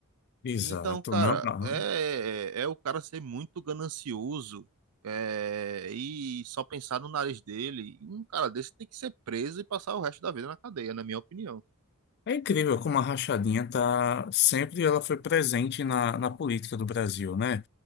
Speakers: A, on the left (about 50°); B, on the right (about 80°).
A: Exato,
B: Então, cara,
A: não, não.
B: é, é é o cara ser muito ganancioso, é, e só pensar no nariz dele. Um cara desse tem que ser preso e passar o resto da vida na cadeia, na minha opinião.
A: É incrível como a rachadinha tá sempre ela foi presente na, na política do Brasil, né?